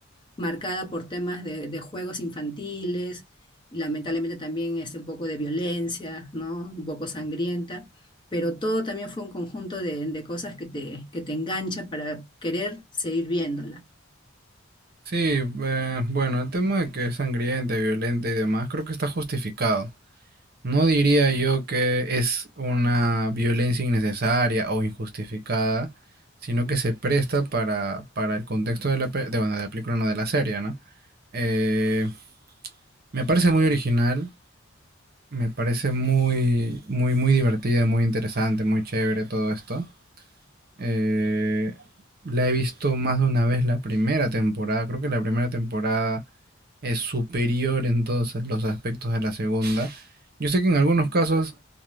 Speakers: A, on the left (about 25°); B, on the right (about 50°).
A: marcada por temas de, de juegos infantiles y lamentablemente también este, un poco de violencia, ¿no? Un poco sangrienta, pero todo también fue un conjunto de, de cosas que te, que te engancha para querer seguir viéndola.
B: sí, eh, bueno, el tema de que es sangrienta, violenta y demás, creo que está justificado. No diría yo que es una violencia innecesaria o injustificada, sino que se presta para, para el contexto de la, pe- de, bueno, de la película, no de la serie, ¿no? Eh, me parece muy original, Me parece muy, muy, muy divertida, muy interesante, muy chévere todo esto. Eh, la he visto más de una vez la primera temporada. Creo que la primera temporada es superior en todos los aspectos a la segunda. Yo sé que en algunos casos,